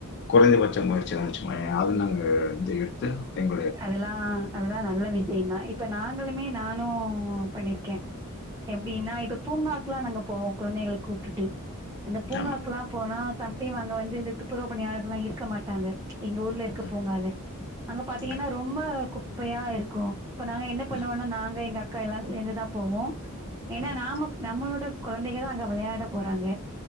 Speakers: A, on the left; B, on the right.
A: குறைந்தபட்ச முயற்சிதாங்க சும்மா எதாயாவ்து நாங்க அத எடுத்து எங்க
B: அதெல்லா அதெல்லா நல்ல விஷயந்தா இப்ப நாங்களுமே நானு பண்ணிருக்கே எப்டின்னா இப்ப பூங்காக்குலா நாங்க போவோ கொழந்தைங்கள கூப்ட்டுட்டு அந்த பூங்காக்குலா
A: ஆமா.
B: போனா சம் டைம் அங்க வந்து இந்த துப்புறவு பணியாளர்கள்லா இருக்க மாட்டாங்க எங்க ஊர்ல இருக்க
A: ம்,
B: பூங்கால அங்க பாத்
A: ம்,
B: ரொம்ப குப்பையா இருக்கும் அப்ப நாங்க என்ன
A: ம்,
B: பண்ணுவோம்ன்னா நாங்க எங்க அக் அக்கா எல்லாம் சேர்ந்துதான் போவோம் ஏன்னா
A: ம்,
B: நாம நம்மளோட குழந்தைங்க தான் அங்க விளையாட போறாங்க